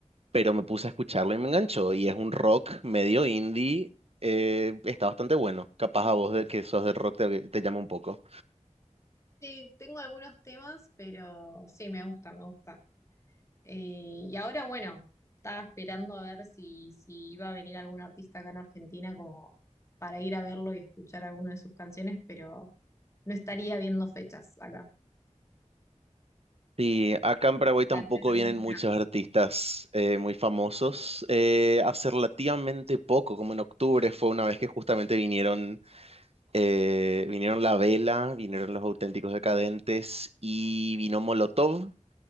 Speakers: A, on the right (about 55°); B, on the left (about 25°).
A: pero me puse a escucharlo y me enganchó. Y es un rock medio indie, eh, está bastante bueno. Capaz a vos de, que sos del rock te, te llama un poco.
B: sí, tengo algunos temas, pero sí, me gusta, me gusta. Eh, y ahora, bueno, estaba esperando a ver si, si iba a venir algún artista acá en Argentina como para ir a verlo y escuchar alguna de sus canciones, pero no estaría viendo fechas acá.
A: Sí, acá en Paraguay tampoco
B: Para hacer algún
A: vienen
B: plan.
A: muchos artistas eh, muy famosos. Eh, hace relativamente poco, como en octubre, fue una vez que justamente vinieron, eh, vinieron La Vela, vinieron Los Auténticos Decadentes y vino Molotov.